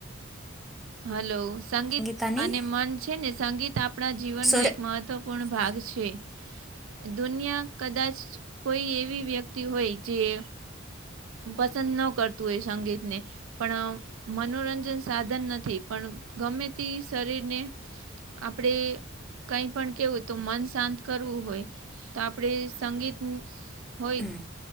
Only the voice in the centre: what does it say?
સંગીતાની
સો
હમ,